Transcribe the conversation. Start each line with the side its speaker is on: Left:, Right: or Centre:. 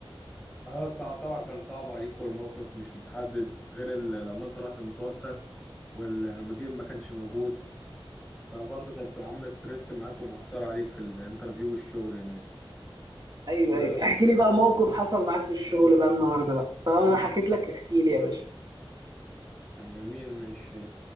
Centre: <clears throat> اه صعب طبعا كان صعب عليك والموقف مش متحدد غير ال- لما انت رحت متوتر والمدير ما كانش موجود فبرضه كانت عاملة ستريس معاك ومأثرة عليك في الانترفيو والشغل هناك
Right: ايوه
Centre: و...
Right: ايوه احكي لي بقى موقف حصل معاك في الشغل بقى النهارده بقى طالما انا حكيت لك احكي لي يا باشا
Centre: آه، جميل ماشي